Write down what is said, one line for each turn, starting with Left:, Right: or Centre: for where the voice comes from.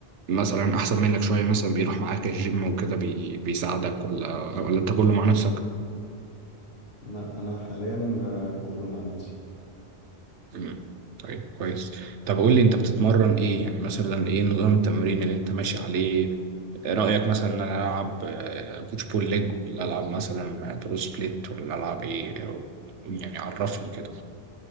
Right: مثلا احسن منك شويه مثلا بيروح معاك الجيم وكده بي... بيساعدك ولا ولا انت كله مع نفسك
Left: لا انا حاليا آه، كله مع نفسي
Right: مم. طيب كويس طب قول لي انت بتتمرن ايه يعني مثلا ايه نظام التمرين اللي انت ماشي عليه رايك مثلا ان انا العب آه، بوش بول ليج ولا العب مثلا برو سبليت ولا العب ايه أو يعني عرفني كده